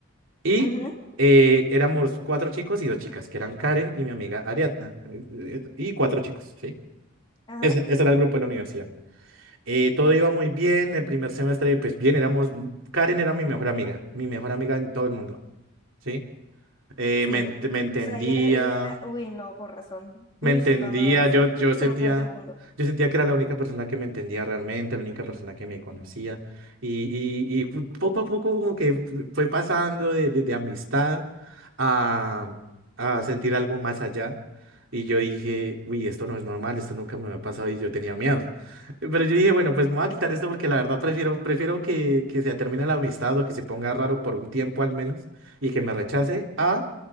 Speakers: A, on the right; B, on the left.
A: Y
B: Ujú,
A: eh, éramos cuatro chicos y dos chicas, que eran Karen y mi amiga Ariadna, eh, eh, eh, y cuatro chicos, ¿sí?
B: Ajá,
A: Ese, ese era el grupo de la universidad. Eh, todo iba muy bien, el primer semestre, pues bien, éramos, Karen era mi mejor amiga, mi mejor amiga en todo el mundo, ¿sí? Eh,
B: sí.
A: me, ent- me entendía,
B: O sea, ella era, ella era, uy, no, con razón.
A: me
B: Uy,
A: entendía,
B: no, no, no, eso,
A: yo,
B: eso
A: yo
B: es
A: sentía,
B: lo peor del mundo.
A: yo sentía que era la única persona que me entendía realmente, la única persona que me conocía. Y, y, y fu- poco a poco como que fue pasando de, de, de amistad a, a sentir algo más allá. Y yo dije, uy, esto no es normal, esto nunca me había pasado y yo tenía miedo. Pero yo dije, bueno, pues me voy a quitar esto porque la verdad prefiero, prefiero que, que se termine la amistad o que se ponga raro por un tiempo al menos y que me rechace a,